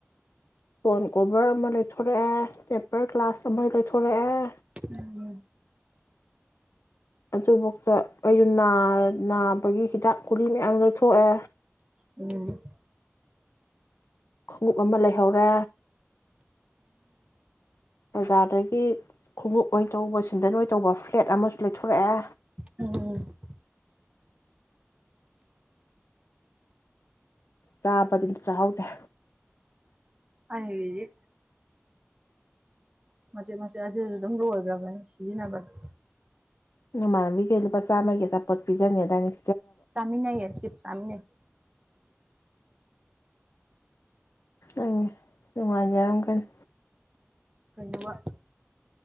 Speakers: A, on the left (about 75°); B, on the right (about 25°).
A: ꯐꯣꯟ ꯀꯣꯚꯔ ꯑꯃ ꯂꯩꯊꯣꯔꯛꯑꯦ ꯇꯦꯝꯄꯔ ꯒ꯭ꯂꯥꯁ ꯑꯃ ꯂꯩꯊꯣꯔꯛꯑꯦ
B: ꯎꯝ
A: ꯑꯗꯨꯐꯥꯎꯗ ꯑꯩꯁꯨ ꯅꯥꯕꯒꯤ ꯍꯤꯗꯥꯛ ꯀꯨꯂꯤ ꯃꯌꯥꯝ ꯂꯣꯏꯊꯣꯛꯑꯦ
B: ꯎꯝ
A: ꯈꯣꯡꯎꯞ ꯑꯃ ꯂꯩꯍꯧꯔꯦ ꯕꯖꯥꯔꯗꯒꯤ ꯈꯣꯡꯎꯞ ꯑꯣꯏꯅ ꯇꯧꯕ ꯁꯤꯟꯗꯟ ꯑꯣꯏꯅ ꯇꯧꯕ ꯐ꯭ꯂꯦꯠ ꯑꯃꯁꯨ ꯂꯩꯊꯣꯔꯛꯑꯦ
B: ꯎꯝ
A: ꯆꯥꯕꯗꯤꯗꯤ ꯆꯍꯗ꯭ꯔꯦ
B: ꯑꯪꯦꯖꯤ ꯃꯆꯦꯠ ꯃꯆꯦꯠ ꯑꯗꯨꯁꯨ ꯑꯗꯨꯝ ꯂꯣꯏꯈ꯭ꯔꯕꯅꯦ ꯁꯤꯖꯤꯟꯅꯕꯗ
A: ꯅꯃꯥꯟꯅꯕꯤꯒ ꯂꯨꯄꯥ ꯆꯥꯝꯃꯒꯤ ꯑꯆꯥꯄꯣꯠ ꯄꯤꯖꯒꯉꯦꯗꯥꯏꯗꯤ
B: ꯆꯃꯤꯅ ꯁꯤꯞ ꯆꯃꯤꯅ
A: ꯑꯩ ꯅꯨꯡꯉꯥꯏꯖꯔꯝꯒꯅꯤ
B: ꯀꯩꯅꯃ